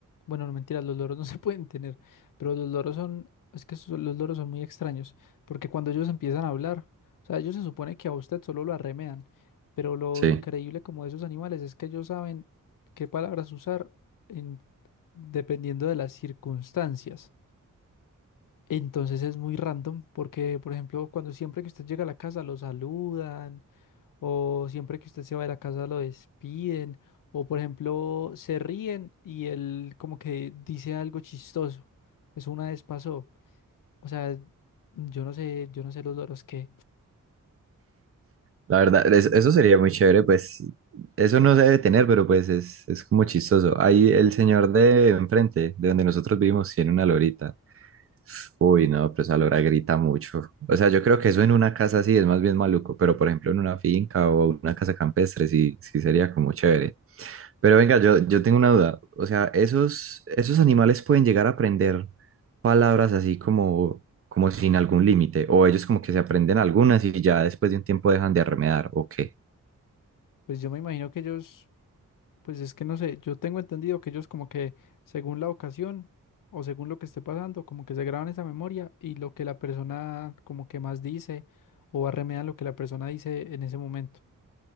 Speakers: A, on the left; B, on the right.
A: Bueno, no mentiras, los loros <laughs> no se pueden tener. Pero los loros son. Es que son- los loros son muy extraños. Porque cuando ellos empiezan a hablar, o sea, ellos se supone que a usted solo lo arremedan. Pero lo
B: sí,
A: increíble como de esos animales es que ellos saben qué palabras usar en- dependiendo de las circunstancias. Entonces es muy random porque, por ejemplo, cuando siempre que usted llega a la casa lo saludan o siempre que usted se va de la casa lo despiden o, por ejemplo, se ríen y él como que dice algo chistoso. Eso una vez pasó. O sea, yo no sé, yo no sé los loros qué
B: la verdad, es- eso sería muy chévere, pues eso no se debe tener, pero pues es, es como chistoso. Ahí el señor de enfrente, de donde nosotros vivimos, tiene una lorita. Uy, no, pero esa lora grita mucho. O sea, yo creo que eso en una casa sí es más bien maluco, pero por ejemplo en una finca o una casa campestre sí, sí sería como chévere. Pero venga, yo, yo tengo una duda. O sea, esos, esos animales pueden llegar a aprender palabras así como, como sin algún límite, o ellos como que se aprenden algunas y ya después de un tiempo dejan de arremedar, ¿o qué?
A: pues yo me imagino que ellos Pues es que no sé, yo tengo entendido que ellos como que según la ocasión o según lo que esté pasando, como que se graban esa memoria y lo que la persona como que más dice o arremedan lo que la persona dice en ese momento.